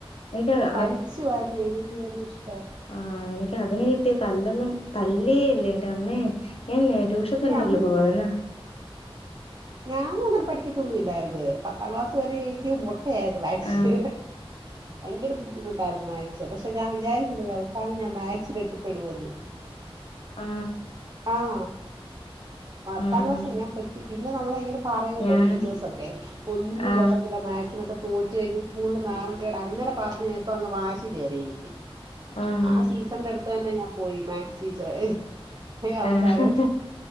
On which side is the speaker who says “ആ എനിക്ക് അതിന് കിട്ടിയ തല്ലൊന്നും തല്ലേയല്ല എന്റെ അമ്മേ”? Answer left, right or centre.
Left